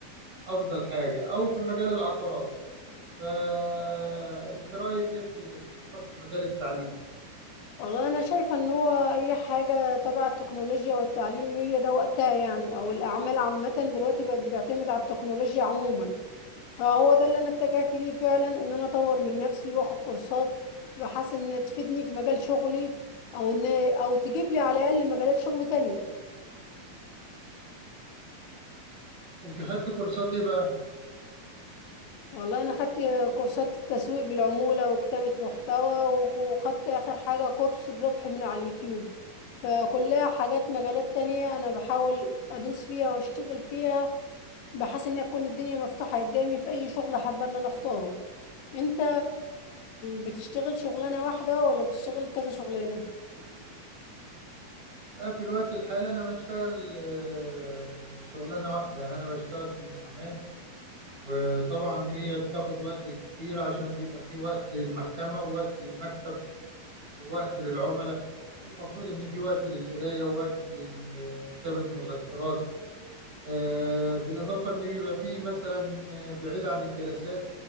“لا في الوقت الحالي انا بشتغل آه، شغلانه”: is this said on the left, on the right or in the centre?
Right